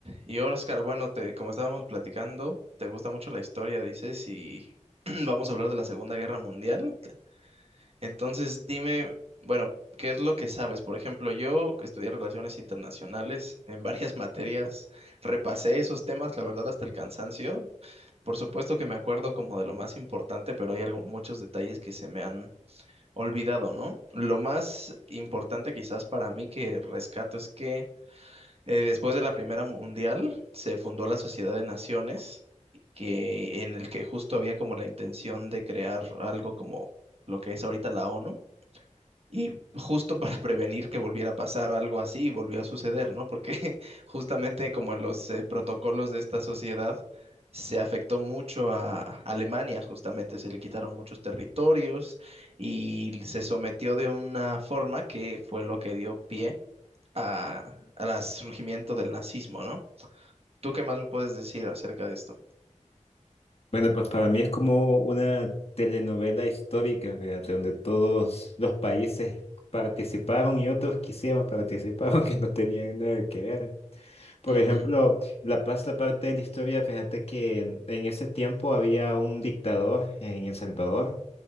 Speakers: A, on the right; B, on the left.
A: Y Oscar, bueno, te, como estábamos platicando, te gusta mucho la historia, dices, y <clears throat> vamos a hablar de la Segunda Guerra Mundial. Entonces, dime, bueno, ¿qué es lo que sabes? Por ejemplo, yo estudié relaciones internacionales en varias <laughs> materias, repasé esos temas, la verdad, hasta el cansancio. Por supuesto que me acuerdo como de lo más importante, pero hay algo- muchos detalles que se me han olvidado, ¿no? Lo más importante quizás para mí que rescato es que eh, después de la Primera Mundial se fundó la Sociedad de Naciones, que en el que justo había como la intención de crear algo como lo que es ahorita la ONU. Y justo <laughs> para prevenir que volviera a pasar algo así, y volvió a suceder, ¿no? Porque <laughs> justamente como en los eh, protocolos de esta sociedad, se afectó mucho a Alemania, justamente se le quitaron muchos territorios y se sometió de una forma que fue lo que dio pie a, al surgimiento del nazismo, ¿no? ¿Tú qué más me puedes decir acerca de esto?
B: Bueno, pues para mí es como una telenovela histórica, fíjate, donde todos los países participaron y otros quisieron participar, <laughs> aunque no tenían nada que ver. Por
A: Ujú,
B: ejemplo, La Paz, la parte de la historia, fíjate que en, en ese tiempo había un dictador en El Salvador,